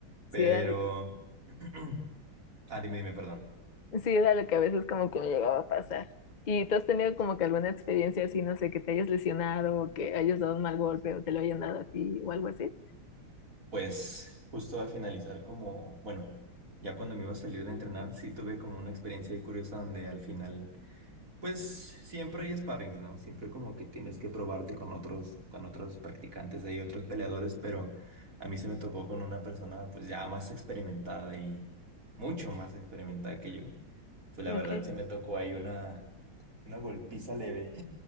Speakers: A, on the right; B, on the left.
A: pero...
B: sí, era, lo-
A: <clears throat> Ah, dime, dime, perdón.
B: sí, era lo que a veces como que me llegaba a pasar. ¿Y tú has tenido como que alguna experiencia así, no sé, que te hayas lesionado o que hayas dado un mal golpe o te lo hayan dado a ti o algo así?
A: Pues justo al finalizar como, bueno, ya cuando me iba a salir de entrenar, sí tuve como una experiencia ahí curiosa donde al final... Pues siempre hay sparrings, ¿no? Siempre como que tienes que probarte con otros, con otros practicantes, hay otros peleadores, pero a mí se me tocó con una persona pues ya más experimentada y mucho más experimentada que yo. Pues la
B: Ok.
A: verdad sí me tocó ahí una, una golpiza leve.